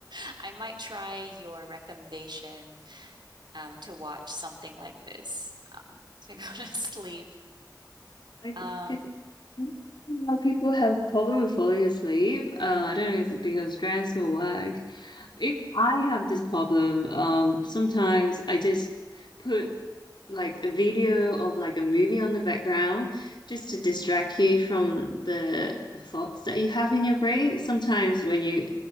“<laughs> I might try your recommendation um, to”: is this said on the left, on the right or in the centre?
Right